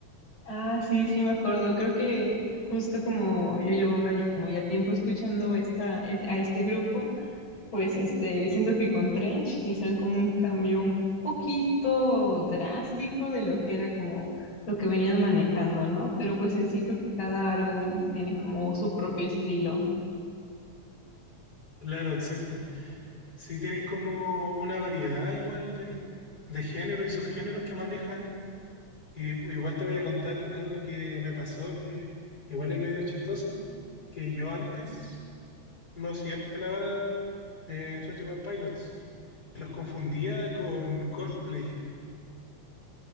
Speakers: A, on the left (about 55°); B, on the left (about 30°).
A: Ah, sí, sí me acuerdo. Creo que justo como yo llevaba ya- como ya tiempo escuchando esta, es- a este grupo, pues este, siento que con Trench hicieron como un cambio un poquito drástico de lo que era como lo que venían manejando, ¿no? Pero pues en sí creo que cada álbum tiene como su propio estilo.
B: Claro, exacto. Sí, tienen como una variedad igual de, de género y subgéneros que manejan. Y igual te voy a contar algo que me pasó, que igual es medio chistoso, que yo antes no conocía la banda de 21 Pilots. los confundía con Coldplay.